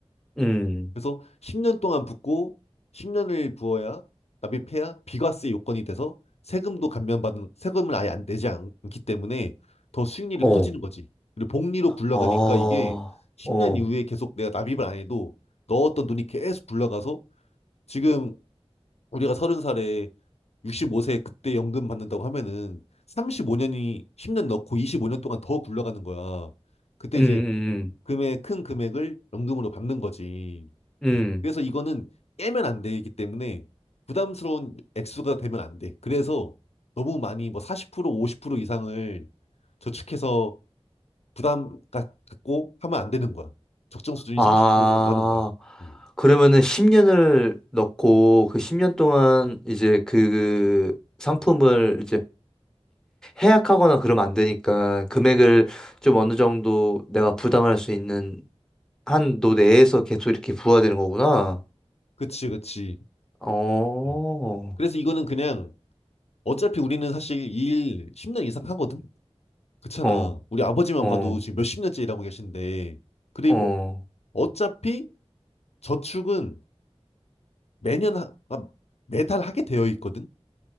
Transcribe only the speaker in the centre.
음,
어,
어,
어,
음,
음,
음, 음.
아,
그러면은 10년을 넣고 그 10년 동안 이제 그 상품을 이제 해약하거나 그러면 안 되니까 금액을 좀 어느 정도 내가 부담할 수 있는 한도 내에서 계속 이렇게 부과되는 거구나.
어,
어,
어,
어.